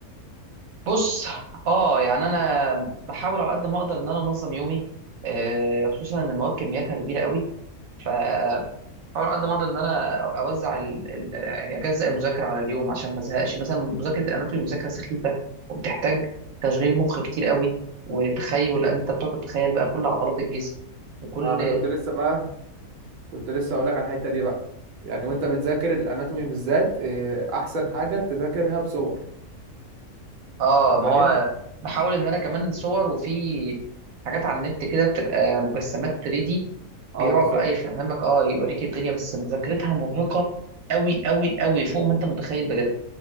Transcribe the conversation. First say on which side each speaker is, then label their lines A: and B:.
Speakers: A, on the right (about 70°); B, on the right (about 55°).
A: بص اه يعني انا بحاول على قد ما اقدر ان انا انظم يومي آه، خصوصا ان المواد كمياتها كبيره قوي فبحاول على قد ما اقدر ان انا اوزع ال... ال... ال- يعني اجزأ المذاكره على اليوم عشان ما ازهقش مثلا مذاكره الاناتومي مذاكره سخيفه وبتحتاج تشغيل مخ كتير قوي وتخيل لان انت بتقعد تتخيل بقى كل عضلات الجسم وكل
B: انا كنت لسه بقى كنت لسه اقولك على الحتة دي بقى يعني وانت
A: قول.
B: بتذاكر الاناتومي بالذات إيه، احسن حاجة تذاكرها بصور
A: اه ما
B: فاهم
A: هو بحاول ان انا كمان صور وفي حاجات على النت كده بتبقى مجسمات 3 دي
B: اه
A: بيقعد
B: بالظبط
A: بقى يفهمك اه يوريك الدنيا بس مذاكرتها مرهقة قوي قوي قوي فوق ما انت متخيل بجد